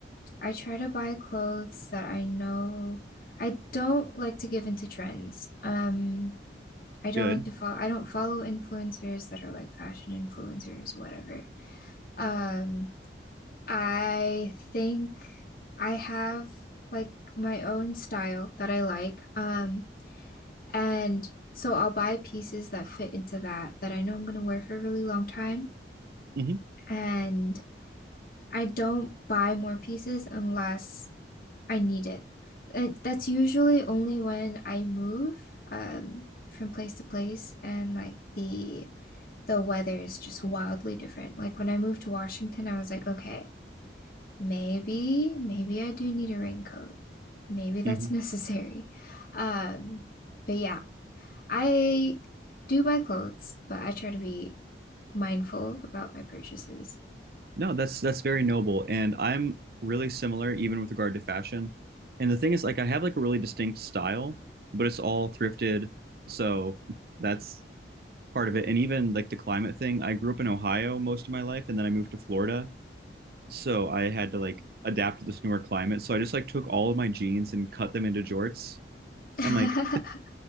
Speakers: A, on the left; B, on the right.
A: I try to buy clothes that I know I don't like to give into trends. Um, I don't
B: good.
A: like to follow I don't follow influencers that are like fashion influencers, whatever. Um, I think I have like my own style that I like. Um, and so I'll buy pieces that fit into that that I know I'm gonna wear for a really long time.
B: hmm
A: And I don't buy more pieces unless I need it. And that's usually only when I move um from place to place and like the the weather is just wildly different. Like when I moved to Washington, I was like, okay. Maybe, maybe I do need a raincoat. Maybe that's
B: hmm
A: <laughs> necessary. Um, but yeah, I do buy clothes, but I try to be mindful about my purchases.
B: No, that's that's very noble, and I'm really similar, even with regard to fashion. And the thing is, like, I have like a really distinct style, but it's all thrifted, so that's part of it. And even like the climate thing, I grew up in Ohio most of my life, and then I moved to Florida. so I had to like adapt to this newer climate. So I just like took all of my jeans and cut them into jorts.
A: <laughs>
B: I'm like,